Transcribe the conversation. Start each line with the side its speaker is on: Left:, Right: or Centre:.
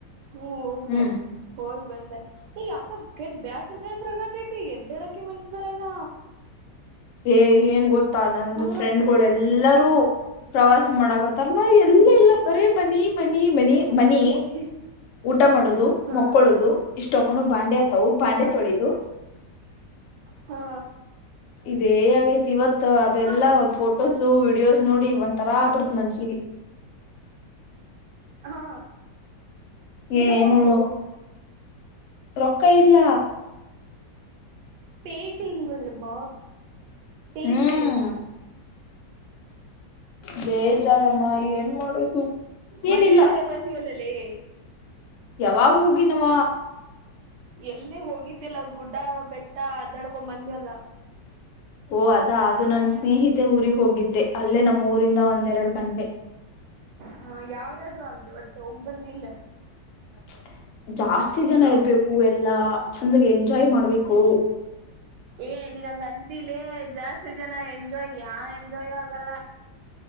Right: ಹ್ಮ್ ಹೋಗ್ದ
Left: ಹ್ಮ್
Right: ಹೋಗಿ ಬಂದ ಈಗ ಯಕ ಕಟ್ ಬ್ಯಾಸ್ರ ಬ್ಯಾಸ್ರ ಆಗತೈತಿ ಎದ್ದಡಕ ಮನ್ಸ ಬರಲ್ಲ
Left: ಏ ಏನ್ ಗೊತ್ತಾ ನಂದು
Right: ಹಂಗಾಗ್ಬಿಟ್ಟೈತಿ
Left: ಫ್ರೆಂಡ್ಗಳ ಎಲ್ಲರೂ ಪ್ರವಾಸ ಮಾಡಕತ್ತಾರ ನಾವು ಎಲ್ಲ
Right: ಹ್ಮ್
Left: ಎಲ್ಲ ಬರೇ ಬನ್ನಿ ಮ ಮನಿ ಮನಿ
Right: ಹಿ ಹಿ ಹಿ
Left: ಊಟ ಮಾಡೋದು
Right: ಹಾ
Left: ಮಕ್ಕಳೋದು ಇಷ್ಟ ಹಕ್ಕ ಬಾಂಡೆ ಆತವು ಬಾಂಡೆ
Right: ಹಾ
Left: ತೊಳದು
Right: ಹಾ ಹಾ
Left: ಇದೇ ಆಗೈತಿ ಇವತ್ತು ಮ ಅದೆಲ್ಲಾ
Right: ಹಾ
Left: ಫೋಟೋಸ ವಿಡಿಯೋಸ್ ನೋಡಿ ಒ್ ತರ
Right: ನಾಕ
Left: ಆಗ್ಬಿಡತ್ ಮನ್ಸಿಗೆ
Right: ಹಾ ನೀನು
Left: ಏನು
Right: ಹೋಗು
Left: ರೊಕ್ಕ ಇಲ್ಲ
Right: ಪಸಿಲ್ಲಲ್ಲಮ್ಮ ಪೇಯಸ
Left: ಹ್ಮ್ ಬೇಜಾನಮ್ಮ ಏನ್ ಮಾಡೋದು
Right: ಮೊನ್ನೆರ
Left: ಏನಿಲ್ಲ
Right: ಹೋಗ್ ಬಂದಿವಲ್ಲಲೇ
Left: ಯಾವಾಗ ಹೋಗಿ ನವ
Right: ಎಲ್ಲೇ ಹೋಗಿದ್ದಿಲ್ಲ ಗುಡ್ಡ ಬೆಟ್ಟ ಅದ್ದಡ್ಕೊಂಡ್ ಮಂದಿ ಎಲ್ಲ
Left: ಓ ಅದಾ ಅದು ನನ್ ಸ್ನೇಹಿತೆ ಊರಿಗೆ ಹೋಗಿದ್ದೆ ಅಲ್ಲೇ ನಮ್ಮ ಊರಿಂದ ಒಂದೆರಡು ಗಂಟೆ
Right: ಹ ಯಾವ್ದಾದ್ರು ಆಗ್ಲಿ ಒಟ್ಟು ಹೋಗ ಬಂದಿಲ್ಲ
Left: ಹೇ ಜಾಸ್ತಿ ಜನ ಇರ್ಬೇಕು
Right: ಹೋಗು
Left: ಎಲ್ಲಾ ಚೆಂದಗೆ ಎಂಜಾಯ್ ಮಾಡ್ಬೇಕು
Right: ಏ ನೀಂಗ ಅಂತಲೇ ಜಾಸ್ತಿ ಜನ ಎಂಜಾಯ್ ಯಾ ಎಂಜಾಯ್ ಆಗಲ್ಲ